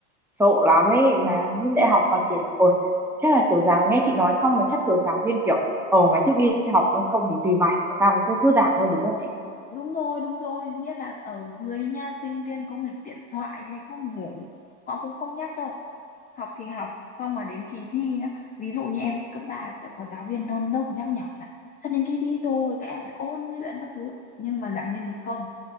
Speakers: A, in the centre; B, on the left.
A: sợ lắm ấy mà những đại học mà kiểu ôi chắc là kiểu giáo nghe chị nói xong mà chắc kiểu giảng viên kiểu ờ mày thích đi học còn không thì tùy mày tao cứ thư giãn thôi đúng không chị
B: đúng rồi đúng rồi nghĩa là ở dưới nha sinh viên có nghịch điện thoại hay cứ ngủ họ cũng không nhắc đâu học thì học xong mà đến kỳ thi nhá ví dụ như em thi cấp 3 sẽ có giáo viên đôn đốc nhắc nhở là sắp đến kỳ thi rồi các em phải ôn luyện các thứ nhưng mà giảng viên thì không